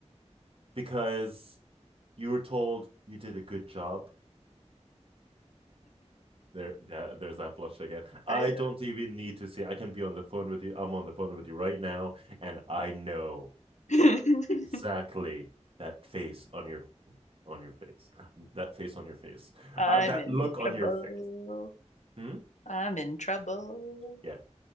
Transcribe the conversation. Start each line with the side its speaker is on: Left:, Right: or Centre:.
Right: because you were told you did a good job, There, there, there's that blush again. I
Left: I
Right: don't even need to see. I can be on the phone with you. I'm on the phone with you right now, and I know
Left: know. <laughs>
Right: exactly that face on your on your face, that face on your face,
Left: I'm
Right: uh, that
Left: in
Right: look on
Left: trouble.
Right: your face. Hmm?
Left: I'm in trouble.
Right: Yeah.